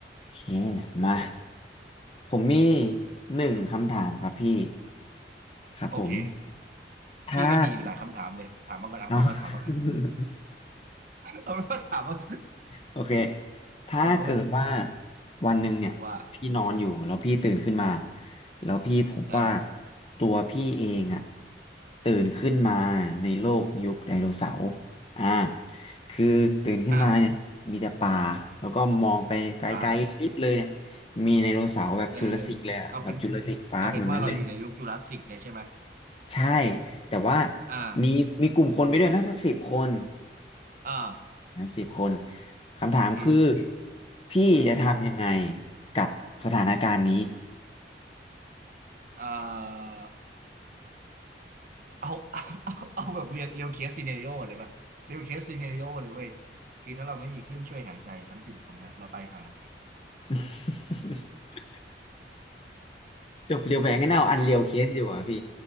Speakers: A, on the left (about 30°); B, on the right (about 50°).
A: โอเคมาผมมีหนึ่งคำถามครับพี่ครับผม
B: โอเค
A: ถ้า
B: พี่ก็มีหลายคำถามเลย ถามมาก่อนเอาเป็นว่าถามมาก่อน
A: เนาะ <laughs>
B: <laughs> เอาเป็นว่าถามมา
A: โอเค ถ้าเกิดว่า
B: ถามมาก่อน
A: วันหนึ่งเนี่ยพี่นอนอยู่แล้วพี่ตื่นขึ้นมา
B: ว่า
A: แล้วพี่พบว่า
B: เออ
A: ตัวพี่เองอะตื่นขึ้นมาในโลกยุคไดโนเสาร์อ่าคือตื่นขึ้นมาเนี่ยมีแต่ป่าแล้วก็มองไปไกลๆลิบเลยเนี่ย
B: อ่ะป่า
A: มีไดโนเสาร์แบบจุลสสิกเลยอะแบบจุลสสิกปาร์คแบบนั้นเลย
B: เออเอาเป็นเอาเป็นว่าเราอยู่ในยุคจูราสสิกเลยใช่ไหม
A: ใช่แต่ว่า
B: อ่า
A: มีมีกลุ่มคนไปด้วยนะสักสิบคน
B: อ่า
A: ทั้งสิบคนคำถามคือ
B: โอเค
A: พี่จะทำยังไง
B: คือ
A: กับสถานการณ์นี้
B: อ่าเอาเอา <laughs> เอาแบบเรียนเรียวเคสซีเนริโอเลยปะเรียวเคสซีเนริโอเลยเว้ยคือถ้าเราไม่มีเครื่องช่วยหายใจทั้งสิบคนนะเราตายหาทันที
A: <laughs> จบเรียวแหวงกันเอาอันเรียวเคสดีกว่าพี่